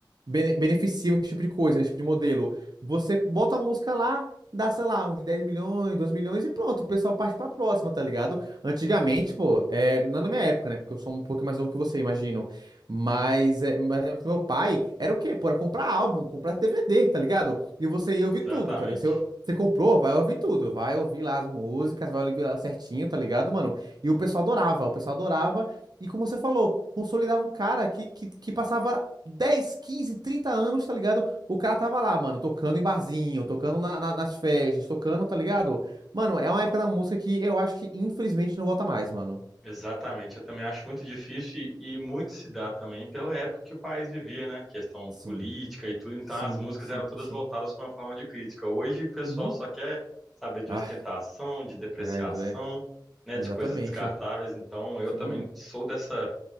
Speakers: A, on the right (about 60°); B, in the centre.
A: bene- beneficiam esse tipo de coisa, né? Esse tipo de modelo. Você bota uma música lá, dá, sei lá, uns 10 milhões, 12 milhões e pronto, o pessoal parte pra próxima, tá ligado? Antigamente, pô, é, não na minha época, né? Porque eu sou um pouco mais novo que você, imagino. Mas, é, mas na época do meu pai era o quê? Pô, era comprar álbum, comprar DVD, tá ligado? E você ia
B: Exatamente.
A: ouvir tudo, tá ligado? Você, você comprou, vai ouvir tudo, vai ouvir lá as músicas, vai ouvir lá certinho, tá ligado, mano? E o pessoal adorava, o pessoal adorava. E como você falou, consolidava o cara que, que, que passava 10, 15, 30 anos, tá ligado? O cara tava lá, mano, tocando em barzinho, tocando na- na- nas festas, tocando, tá ligado? Mano, é uma época da música que eu acho que infelizmente não volta mais, mano.
B: Exatamente. Eu também acho muito difícil e, e muito se dá também pela época que o país vivia, né? Questão
A: Sim,
B: política e tudo. Então
A: sim,
B: as músicas
A: sim,
B: eram todas
A: sim.
B: voltadas com uma forma de crítica. Hoje o pessoal
A: Uhum.
B: só quer saber de
A: Ah,
B: ostentação, de depreciação,
A: credo, é.
B: né?
A: Exatamente.
B: De coisas descartáveis. Então eu
A: Sim.
B: também sou dessa